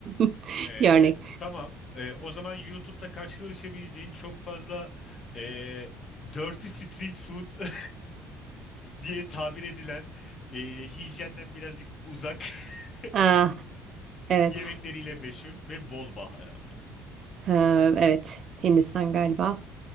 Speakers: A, on the right; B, on the left.
A: <laughs>
B: Ee,
A: Bir örnek.
B: tamam. Ee, o zaman YouTube'da karşılaşabileceğin çok fazla ee, dirty street food <laughs> diye tabir edilen ee, hijyenden birazcık uzak <laughs>
A: Ah, evet.
B: yemekleriyle meşhur ve bol baharatlı.
A: Ha, evet. Hindistan galiba.